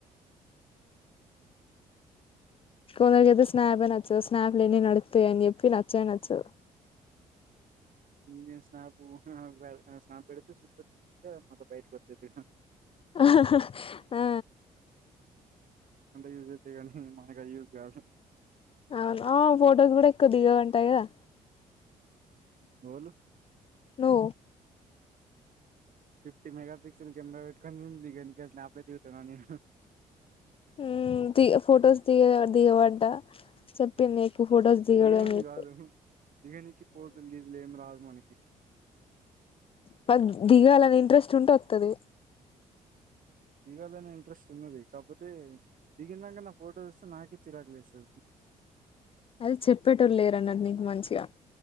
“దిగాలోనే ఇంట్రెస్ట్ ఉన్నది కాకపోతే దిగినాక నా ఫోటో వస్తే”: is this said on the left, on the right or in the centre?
Right